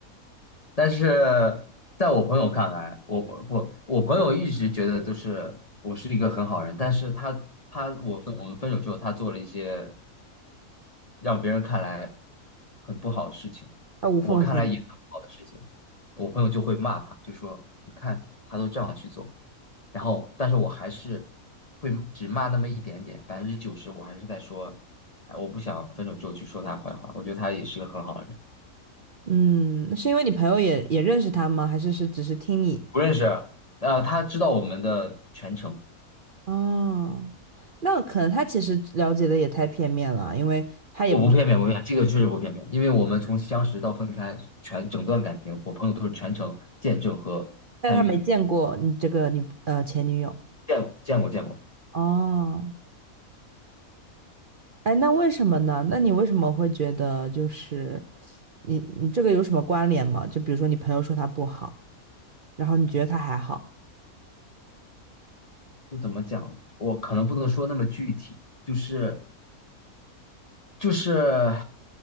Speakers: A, on the left; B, on the right.
A: 但是在我朋友看来，我不，我朋友一直觉得都是我是一个很好人，但是他他我分我们分手之后，他做了一些让别人看来很不好的事情，
B: 啊，无缝衔接。
A: 我看来也很不好的事情，我朋友就会骂他，就说你看他都这样去做。然后，但是我还是会只骂那么一点点，百分之九十我还是在说，哎，我不想分手之后去说他坏话，我觉得他也是个很好的人，
B: 嗯，是因为你朋友也也认识他吗？还是是只是听你？
A: 不认识，呃，他知道我们的全程，
B: 哦，那可能他其实了解的也太片面了啊，因为他也不是，
A: 我不片面，不片面，这个确实不片面，因为我们从相识到分开，全整段感情，我朋友都是全程见证和参与的，
B: 但他没见过你这个女呃前女友。
A: 见见过见过，
B: 哦，哎，那为什么呢？那你为什么会觉得就是？你你这个有什么关联吗？就比如说你朋友说他不好，然后你觉得他还好，
A: 就怎么讲，我可能不能说那么具体，就是就是。